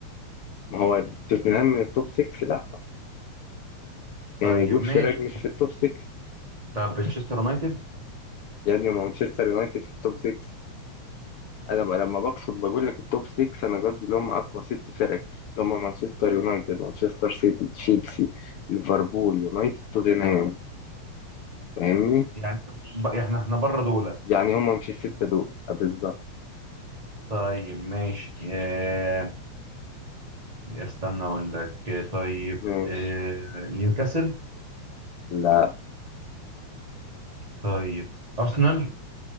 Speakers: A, on the left; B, on the right.
A: ما هو توتنهام من التوب 6 لا يعني
B: طيب
A: جود
B: ماشي
A: فراج مش في التوب 6
B: طب تشيستر يونايتد
A: يا ابني مانشستر يونايتد في التوب 6 أنا بقى لما بقصد بقول لك التوب 6 أنا قصدي اللي هم أقوى ست فرق اللي هم مانشستر يونايتد مانشستر سيتي تشيلسي ليفربول يونايتد توتنهام فاهمني؟
B: يعني ب- احنا احنا بره دولة
A: يعني هما مش الستة دول بالظبط
B: طيب ماشي اه استنى اقول لك طيب
A: ماشي
B: اه نيوكاسل
A: لا
B: طيب ارسنال